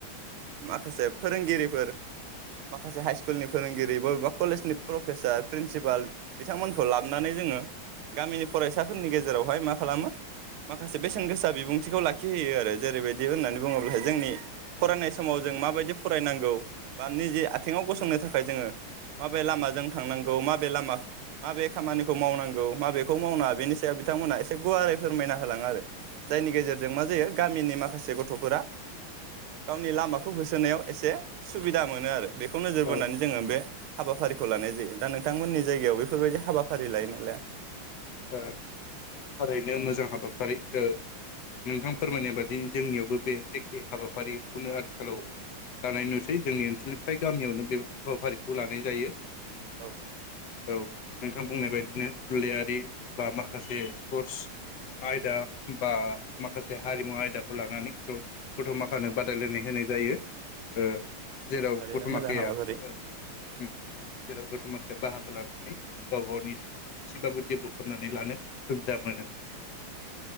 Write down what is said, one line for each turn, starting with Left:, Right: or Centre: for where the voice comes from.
Right: माखासे फोरोंगिरिफोर माखासे हाइ स्कुलनि फोरोंगिरि बबेबा कलेज नि प्रफेसार प्रिनसिपाल बिथांमोनखौ लाबोनानै जोङो गामिनि फरायसाफोरनि गेजेरावहाय मा खालामो माखासे बेसेन गोसा बिबुंथिखौ लाखिहोयो आरो जेरैबायदि होननानै बुङोब्लाहाय जोंनि फरायनाय समाव जों माबायदि फरायनांगौ बा निजे आथिङाव गसंनो थाखाय जोङो माबै लामाजों थांनांगौ माबे लामा माबे खामानिखौ मावनांगौ माबेखौ मावनाङा बेनि सायाव बिथांमोनहा एसे गुवारै फोरमायना होलाङो आरो जायनि गेजेरजों मा जायो गामिनि मा माखासे गथ'फोरा गावनि लामाखौ होसोनायाव एसे सुबिदा मोनो आरो बेखौ नोजोर बोनानै
Left: औ ओ
Right: जोङो बे हाबाफारि खौ लानाय जायो दा नों बिथांमोननि जायगायाव बेफोरबायदि हाबाफारि लायो ना लाया
Left: ओ थारैनो मोजां हाबाफारि ओ नोंथां फोरमायनाय बादि बि जोंनियावबो बे एखे हाबाफारिखौनो आथिखालाव लानाय नुसै जोंनि ओनसोलनिफ्राय गामियावनो बे हाबाफारिखौ लानाय जायो
Right: औ
Left: औ नोंथां बुंनाय बायदिनो थुनलाइयारि बा माखासे स्पर्टस आयदा बा माखासे हारिमु आयदाखौ लानानै गथ' माखानो बादायलायनाय होनाय जायो ओ जेराव
Right: थारैनो
Left: गथ'माखाया
Right: मोजां हाबाफारि
Left: ओ ओम जेराव गथ' माथाया बाहागो लानानै गाव गावनि एसे- एसेबाबो डेभलप खालामनानै लानो सुबिदा मोनो